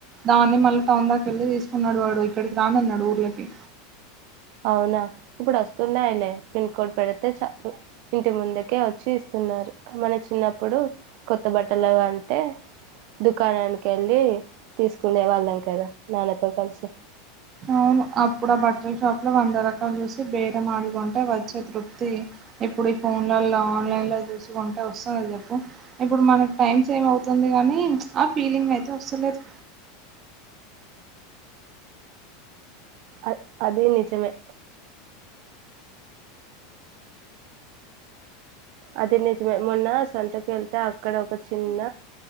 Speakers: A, on the right; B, on the right.
A: దాన్ని మళ్ళీ టౌన్ దాక వెళ్ళి తీసుకున్నాడు వాడు ఇక్కడికి రానన్నాడు ఊర్ళకి
B: అవునా ఇప్పుడు వస్తున్నాయిలే పిన్ కోడ్ పెడితే చాలు ఇంటి ముందుకే వచ్చి ఇస్తున్నారు మన చిన్నప్పుడు కొత్త బట్టలు అంటే దుకాణానికి వెళ్ళి తీసుకునే వాళ్ళం కదా నాన్నతో కలిసి
A: వు అప్పుడు ఆ బట్టర్ షాప్ లో వంద రకాలు చూసి బేరం ఆడుకుంటే వచ్చే తృప్తి ఇప్పుడు ఈ ఫోన్లలో ఆన్లైన్ లో చూసుకుంటే వస్తుంది చెప్పు ఇప్పుడు మనకి టైమ్ సేమ్ అవుతుంది కానీ ఆ ఫీలింగ్ అయితే వస్తలేదు
B: అ అది నిజమే అది నిజమే మొన్న సంతకు వెళ్తే అక్కడ ఒక చిన్న